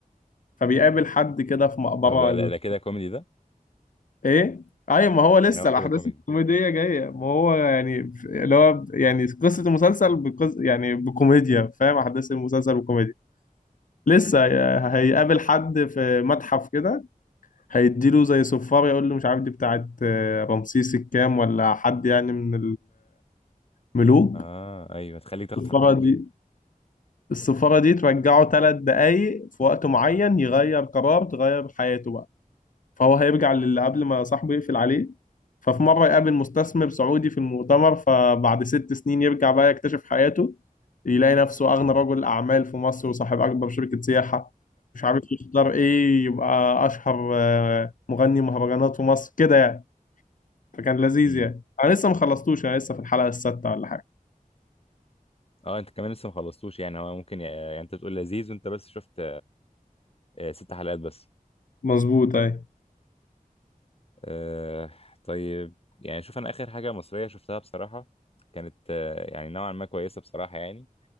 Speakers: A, on the left; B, on the left.
A: فبيقابل حد كده في مقبرة
B: طب ده,
A: ال-
B: ده كده كوميدي ده
A: إيه؟ أيوة ما هو لسه
B: يعني هو
A: الأحداث
B: كده كوميدي
A: الكوميدية جاية ما هو يعني ف- اللي هو يعني قصة المسلسل بقص... يعني بكوميديا فاهم أحداث المسلسل بكوميديا لسه هي- هيقابل حد في متحف كده هيديله زي صفار يقول له مش عارف دي بتاعت آه، رمسيس الكام ولا حد يعني من الملوك
B: اه ايوه تخليك تاخد
A: الصفارة
B: حقك
A: دي السفارة دي ترجعه ثلاث دقايق في وقت معين يغير قرار تغير حياته بقى فهو هيرجع للي قبل ما صاحبه يقفل عليه ففي مرة يقابل مستثمر سعودي في المؤتمر فبعد ست سنين يرجع بقى يكتشف حياته يلاقي نفسه أغنى
B: مهم.
A: رجل أعمال في مصر وصاحب أكبر شركة سياحة مش عارف يختار إيه يبقى أشهر آه، مغني مهرجانات في مصر كده يعني فكان لذيذ
B: مم.
A: يعني أنا لسه ما خلصتوش أنا لسه في الحلقة السادسة ولا حاجة
B: اه انت كمان لسه ما خلصتوش يعني هو ممكن يعني يعني انت بتقول لذيذ وانت بس شفت آه ست حلقات بس
A: مظبوط أي
B: آه طيب يعني شوف انا اخر حاجه مصريه شفتها بصراحه كانت آه يعني نوعا ما كويسه بصراحه يعني